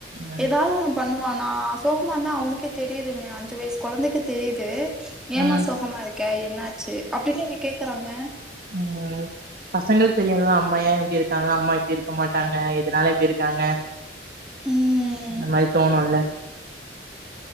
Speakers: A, on the right (about 50°); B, in the centre.
A: ம்
B: ஏதாவ் ஒண்ணு பண்ணு நா சோகமா இருந்தா அவனுக்கே தெரீதுங்கெ அஞ்சி வயிஸ் கொழந்தைக்கு தெரீதூ ஏமா
A: ம்
B: சோகமாருக்க என்னா ஆ சு அப்டின்னு என்ன கேக்குறாங்க
A: உம் பசங்கள்க் தெரியோல அம்மா ஏ இப்டி இருக்காங்க அம்மா இப்டி இருக்க மாட் டாங்க எதுனால இப்டி இருக்காங்க
B: ம்
A: இந்தெ மாரி தோணுல்ல